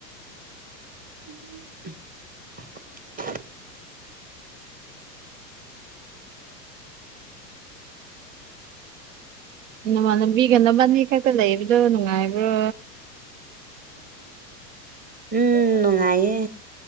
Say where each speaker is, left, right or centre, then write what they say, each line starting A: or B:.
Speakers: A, on the right; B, on the right.
A: ꯎꯝ
B: ꯅꯃꯥꯟ ꯂꯝꯕꯤꯒꯅꯕꯅꯤ ꯈꯛꯇ ꯂꯩꯕꯗꯣ ꯅꯨꯡꯉꯥꯏꯕ꯭ꯔꯣ
A: ꯎꯝ ꯅꯨꯡꯉꯥꯏꯌꯦ